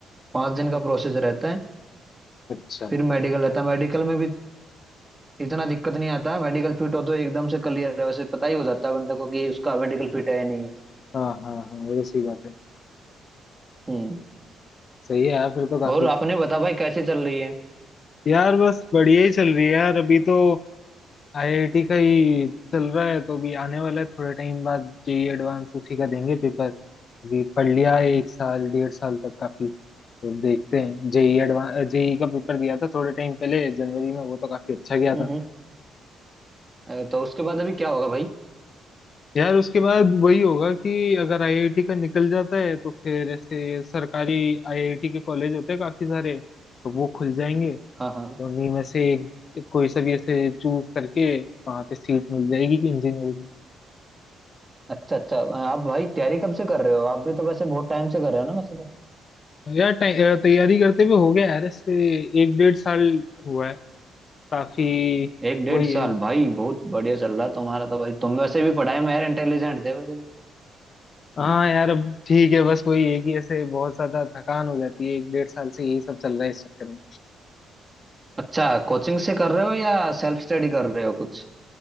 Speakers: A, on the right (about 20°); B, on the left (about 50°).
A: पाँच दिन का प्रोसेस रहता है
B: अच्छा
A: फिर मेडिकल रहता है मेडिकल में भी इतना दिक्कत नहीं आता मेडिकल फिट हो तो एकदम से क्लियर है वैसे पता ही हो जाता है बंदे को कि उसका मेडिकल फिट है या नहीं है।
B: हाँ हाँ हाँ वो तो सही बात है
A: हम्म
B: सही है यार फिर तो काफी
A: और आपने बता भाई कैसे चल रही है
B: यार बस बढ़िया ही चल रही है यार अभी तो आईआईटी का ही चल रहा है तो अभी आने वाला है थोड़े टाइम बाद जेई एडवांस उसी का देंगे पेपर अभी पढ़ लिया है एक साल डेढ़ साल तक काफी तो देखते हैं जेई एडवांस जेई का पेपर दिया था थोड़े टाइम पहले जनवरी में वो तो काफी अच्छा गया
A: हम्म
B: था
A: हम्म। अ, तो उसके बाद अभी क्या होगा भाई
B: यार उसके बाद वही होगा कि अगर आईआईटी का निकल जाता है तो फिर ऐसे सरकारी आईआईटी के कॉलेज होते हैं काफी सारे तो वो खुल जाएंगे
A: हाँ हाँ
B: तो उन्हीं में से एक कोई सा भी ऐसे चूज करके वहां पे सीट मिल जाएगी कि इंजीनियरिंग
A: अच्छा अच्छा अ, आप भाई तैयारी कब से कर रहे हो आप भी तो वैसे बहुत टाइम से कर रहे हो ना वैसे तो
B: यार टाइ- अ, तैयारी करते हुए हो गया यार इससे एक डेढ़ साल हुआ है काफी
A: एक डेढ़
B: वही
A: साल
B: है
A: भाई बहुत बढ़िया चल रहा है तुम्हारा तो भाई तुम वैसे भी पढ़ाई में यार इंटेलिजेंट थे वैसे तो
B: हाँ यार अब ठीक है बस वही है कि ऐसे बहुत ज्यादा थकान हो जाती है एक डेढ़ साल से यही सब चल रहा है इस चक्कर में
A: अच्छा कोचिंग से कर रहे हो या सेल्फ स्टडी कर रहे हो कुछ